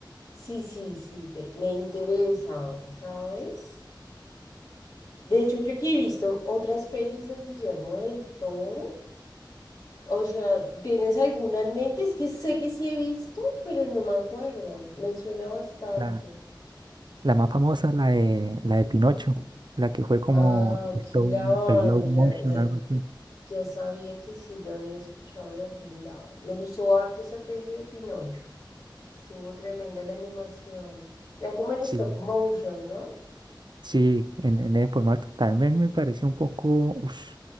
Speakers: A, on the left; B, on the right.
A: Sí, sí, sí, me me interesa, ¿sabes? De hecho, creo que he visto otras pelis de Guillermo del Toro. O sea, ¿tienes alguna en mente? Es que sé que sí he visto, pero no me acuerdo. Me suena bastante.
B: La, la más famosa es la de, la de Pinocho, la que fue como
A: Ah,
B: stop-
A: claro,
B: el slow
A: ya,
B: motion,
A: ya,
B: algo así.
A: ya sabía que sí lo había escuchado de algún lado. Me gustó harto esa peli de Pinocho. Estuvo tremenda la animación. Era como en
B: Sí,
A: stop motion, ¿no?
B: Sí, en, en el formato. También me pareció un poco, ush,